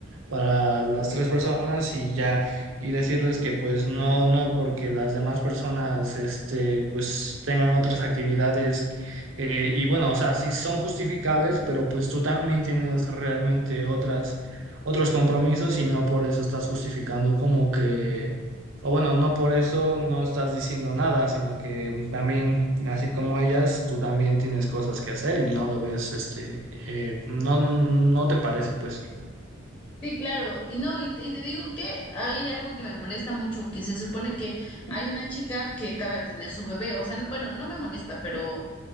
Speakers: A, on the right; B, on the left.
A: para las tres personas y ya, y decirles que pues no, no, porque las demás personas, este, pues tengan otras actividades. eh, y bueno, o sea, sí son justificables, pero pues tú también tienes realmente otras, otros compromisos y no por eso estás justificando como que... O bueno, no por eso no estás diciendo nada, sino que también, así como ellas, tú también tienes cosas que hacer y no lo ves, este, eh, no, no te parece, pues.
B: Sí, claro. Y no, y te, y te digo que hay algo que me molesta mucho, que se supone que hay una chica que acaba de tener su bebé, o sea, bueno, no me molesta, pero